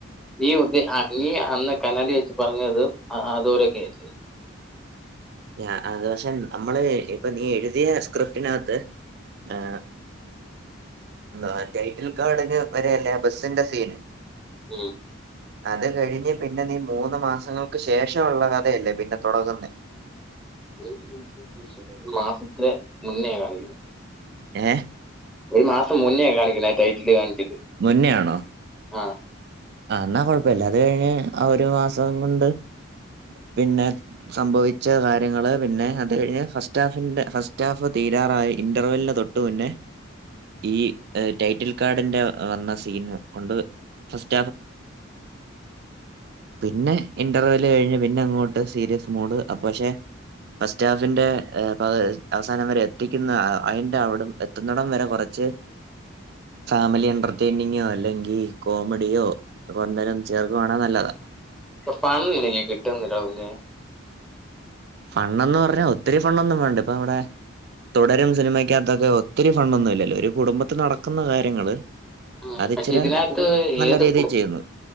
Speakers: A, in the centre; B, on the right (about 50°).
A: നീ ഉദ്ദേ ആ നീ അന്ന് കനാലി വെച്ച് പറഞ്ഞത് അതോരൊക്കെ അല്ലേ
B: ഞാ അത് പക്ഷെ നമ്മള് ഇപ്പൊ നീ എഴുതിയ സ്ക്രിപ്റ്റിനകത്ത് ഏഹ് എന്തുവാ ടൈറ്റിൽ കാർഡിന് വരെ അല്ലേ ബസിന്റെ സീന്
A: ഉം
B: അത് കഴിഞ്ഞ് പിന്നെ നീ മൂന്ന് മാസങ്ങൾക്ക് ശേഷ ഉള്ള കഥയല്ലേ പിന്നെ തുടങ്ങുന്നെ
A: <inaudible> മൂന്ന് ഒരു മാസത്തിലെ മുന്നേ കാണിക്കുന്നെ
B: ഏഹ്
A: ഒരു മാസം മുന്നേ യി കാണിക്കണെ ആ ടൈറ്റിൽ കാണിച്ച്
B: മുന്നയാണോ
A: ആഹ്
B: ആ എന്നാ കൊഴപ്പമില്ല അത് കഴിഞ്ഞ് ആ ഒരു മാസം കൊണ്ട് പിന്നെ സംഭവിച്ച കാര്യങ്ങള് പിന്നെ അത് കഴിഞ്ഞ് ഫസ്റ്റ് ഹാഫിന്റെ ഫസ്റ്റ് ഹാഫ് തീ തീരാറായി ഇന്റർവലന് തൊട്ട് മുന്നേ ഈ ടൈറ്റിൽ കാഡിന്റെ വന്ന സീൻ കൊണ്ട് ഫസ്റ്റ് പിന്നെ ഇന്റർവൽ കഴിഞ് പിന്നെ അങ്ങോട്ട് സീരിയസ് നോട് അ പക്ഷെ ഫസ്റ്റ് ഹാഫിന്റെ അവസാനം വരെ എത്തിക്കുന്ന അതിന്റെ അവിട എത്തുന്നടം വരെ കുറച്ച് ഫാമിലി എന്റെർറ്റിനിംഗ് അല്ലെങ്കിൽ കോമഡിയോ <unintelligible>
A: പണം എനിക്ക് കിട്ടുന്നില്ല പിന്നെ
B: ഫണ് എന്ന് പറഞ്ഞ ഒത്തിരി ഫണ്ണൊന്നും വേണ്ട ഇപ്പ നമ്മടെ തുടരും സിനിമക്ക അകതൊക്കെ ഒത്തിരി ഫണൊന്നും ഇല്ലല്ലോ ഒരു കുടുംബത്തി നടക്കുന്ന കാര്യങ്ങള്
A: ഉ
B: അതിച്ചിരെ
A: പക്ഷെ ഇതിനകത്ത്
B: നല്ല
A: ഏത്
B: രീതിയിൽ
A: കുടുംബം
B: ചെയ്യുന്നു